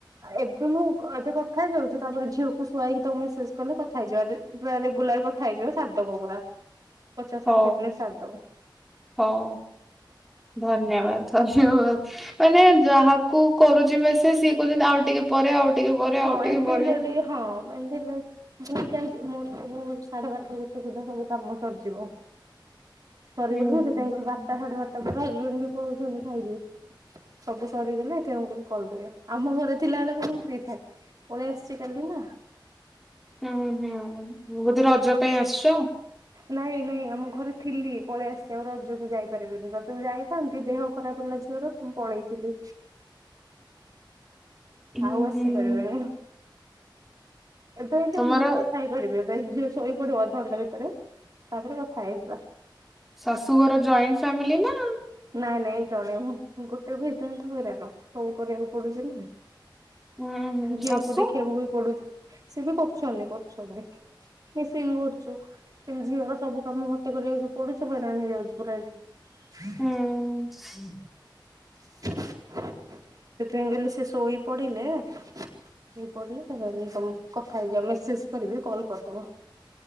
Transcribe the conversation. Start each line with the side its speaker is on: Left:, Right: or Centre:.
Right: ଏବେ ମୁଁ ଏବେ କଥା ଖାଇଯାଉଛି ତାପରେ ଝିଅକୁ ଶୁଆଇକି ତମକୁ ମେସେଜ କଲେ କ ଥା ହେଇଯିବା ରେ ରେଗୁଲାର ଥା ହେଇଯିବ ଶାରିଦବ ପୁରା। ପଚାଶ
Centre: ହଉ
Right: ଷାଠିଏ ମିନିଟ୍ ସାରିଦବ।
Centre: ହଉ ଧନ୍ୟବାଦ
Right: ହଁ ହଁ।
Centre: ଧନ୍ୟବାଦ। ମାନେ ଯାହାକୁ କରୁଛି ମେସେଜ ସେ କ ଆଉ ଟିକେ ପରେ ଆଉ ଟିକେ ପରେ
Right: ହଁ
Centre: ଆଉ ଟିକେ
Right: ଏମିତି
Centre: ପରେ।
Right: ହେଲେ ଟିକେ ହଁ ଏମତି ହେଲେ ମୁଁ ଜାଣି ମୋର ସବୁ ସାଢେ ବାରଟା ଗିତେ ସୁଧା ସବୁ କାମ ସରିଯିବ। ସରିଗଲି
Centre: ହୁଁ
Right: ମୁଁ
Centre: ହୁଁ
Right: ସେଇଥି ପାଇଁ ବାପା ତାପରେ ହଜବେଣ୍ଡ ବି ପଳଉଛନ୍ତି। ଖାଇକି ସବୁ ସରିଗଲେ କଲ୍ କରିବା ଆମ ଘରେ ଥିଲାବେଳେ କଣ ପଳେଇ ଆସଛି କାଲି ନା।
Centre: ହଁ ହୁଁଁ ବୋଧେ ରଜ ପାଇଁ ଆସିଛ ଆଉ
Right: ନାଇଁ ନାଇଁ ଆମ ଘରେ ଥିଲି ପଳେଇ ଆସି ଆଉ ରଜକୁ ଯାଇପାରିବେିନି ରଜକୁ ଯାଇଥାନ୍ତି ଦେହ ଖରାପ ହେଲା ପୁଣି ପଳେଇଥିଲି।
Centre: ହୁଁ
Right: ଆଉ ଅଛି
Centre: ହୁଁ
Right: କର ଏବେ ହେଲେ
Centre: ତମର
Right: ମୁ କଥା ହେଇପାରିବି। ଝିଏ ଶୋଇ ପଡିବ ଅଧଘଣ୍ଟା ଭିତରେ ତାପରେ କଥା ହେଇଯିବା
Centre: ଶାଶୁଘର ଜଏଣ୍ଟ ଫାମିଲି ନା
Right: ନାଇଁ ନାଇଁ ଜଣେ ମୁ ଗୋଟେ ବିାଇତ ହ ତ ହଇରାଣ ସବୁ କରିବାକୁ ପଡୁଛି ନା
Centre: ହୁଁ ହୁଁ
Right: ଝିଅକୁ
Centre: ଶାଶୁ?
Right: ଦେଖିବାକୁ ବି ପଡୁଛି। ସି ବି କରୁଛନ୍ତି କରୁଛନ୍ତି। ସେ ବି କରୁଛୁ କିନ୍ତୁ ଝିଅର ସବୁ କାମ ମତେ କରିବାକୁ ପଡୋଶୀ ହଇରାଣ ହେଇଯାଉଛି ପୁରା ଏଇଠି <inaudible>
Centre: ହୁଁ <inaudible>
Right: ସେଥିପାଇଁ କହିଲେ ସେ ଶୋଇ ପଡିଲେ ଶୋଇ ପଡିଲେମ କଥା ହେଇଯ ମେସେଜ କରିବି କଲ କରିଦବ।